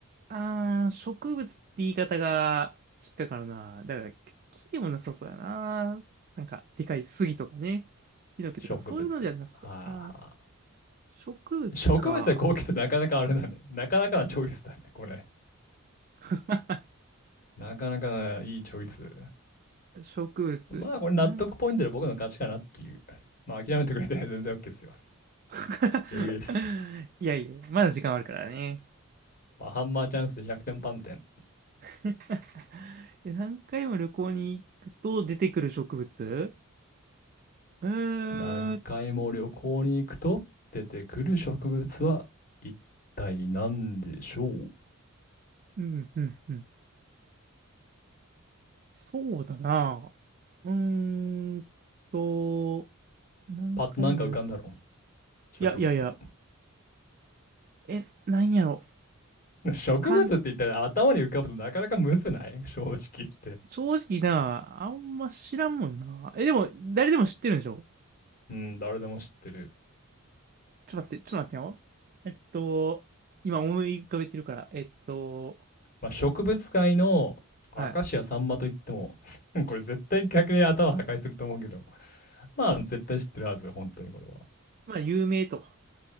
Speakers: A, on the right; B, on the left.
A: あー、植物って言い方が引っかかるな。だから、木でもなさそうやな。なんか、でかい杉とかね。ヒノキとか、
B: 植物。
A: そういうのじゃなさそうやな。
B: はあは
A: 植物か。
B: あ。植物で高気質なかなかあれだね。なかなかなチョイスだね、これ。
A: <laughs>
B: なかなかね、いいチョイス。
A: 植物。
B: まあ、これ納得ポイントで僕の勝ちかなっていう。
A: なんか
B: まあ、諦めてくれて全然 OK ですよ。
A: <laughs>
B: 余裕です。
A: いやいや、まだ時間あるからね。
B: まあ、ハンマーチャンスで100点満点。
A: <laughs> え何回も旅行に行くと出てくる植物えー、
B: 何回も旅行に行くと出てくる植物は一体何でしょう
A: うん、うん、うん。そうだな。うーんと、何回も旅
B: パッとなんか浮かんだろう植物。
A: いやいやいや、え、なんやろ。
B: 植物って言ったら頭に浮かぶとなかなかむずない正直言って。
A: かん、正直な、あんま知らんもんな。え、でも、誰でも知ってるんでしょ
B: うん、誰でも知ってる。
A: ちょっと待って、ちょっと待ってよ。えっと、今思い浮かべてるから、えっと、
B: まあ、植物界のアカシアサンマといっても
A: はい。
B: <laughs> これ絶対逆に頭破壊すると思うけど、まあ、絶対知ってるはず、本当にこれは。
A: まあ、有名と